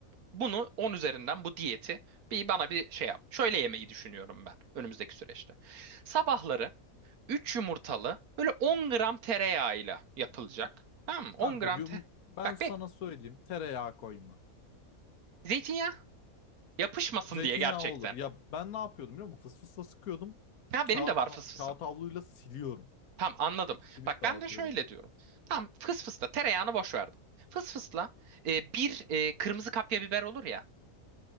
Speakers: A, on the right; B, on the left.
A: Bunu 10 üzerinden bu diyeti bir bana bir şey yap. Şöyle yemeyi düşünüyorum ben önümüzdeki süreçte. Sabahları 3 yumurtalı böyle 10 gram tereyağıyla yapılacak. Tamam mı?
B: Kanka
A: 10 gram
B: yum,
A: te
B: ben
A: Bak
B: sana
A: bek
B: söyleyeyim. Tereyağı koyma.
A: zeytinyağı yapışmasın
B: Zeytinyağı
A: diye gerçekten.
B: olur. Ya ben ne yapıyordum biliyor musun? Fıs fısla sıkıyordum.
A: Ha benim
B: Kağıt,
A: de var fıs fısım.
B: kağıt havluyla siliyorum.
A: Tamam anladım.
B: Silip
A: Bak
B: dağıtıyorum.
A: ben de şöyle diyorum. Tamam fıs fısla tereyağını boş verdim. Fıs fısla e, bir e, kırmızı kapya biber olur ya.